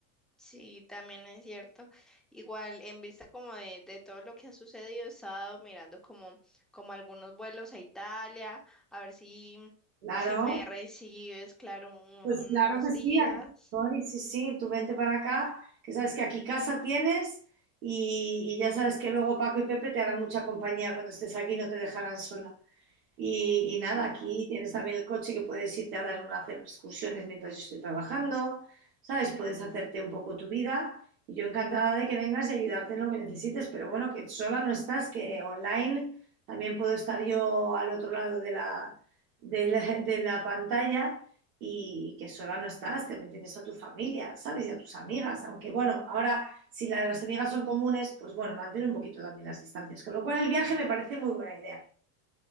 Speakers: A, in the centre; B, on the right.
A: Sí, también es cierto. Igual, en vista como de, de todo lo que ha sucedido, he estado mirando como, como algunos vuelos a Italia, a ver si,
B: Claro,
A: si me recibes, claro, un-
B: pues claro
A: unos
B: que sí,
A: días.
B: aquí estoy, sí, sí, tú vente para acá, que sabes que aquí casa tienes y, y ya sabes que luego Paco y Pepe te harán mucha compañía cuando estés aquí, no te dejarán sola. Y, y nada, aquí tienes también el coche que puedes irte a dar una, hacer excursiones mientras yo estoy trabajando, ¿sabes? Puedes hacerte un poco tu vida. Y yo encantada de que vengas y ayudarte en lo que necesites, pero bueno, que sola no estás, que online también puedo estar yo al otro lado de la, de la, de la pantalla y que sola no estás, que también tienes a tu familia, ¿sabes? Y a tus amigas, aunque bueno, ahora si la- las amigas son comunes, pues bueno, mantén un poquito también las distancias, con lo cual el viaje me parece muy buena idea.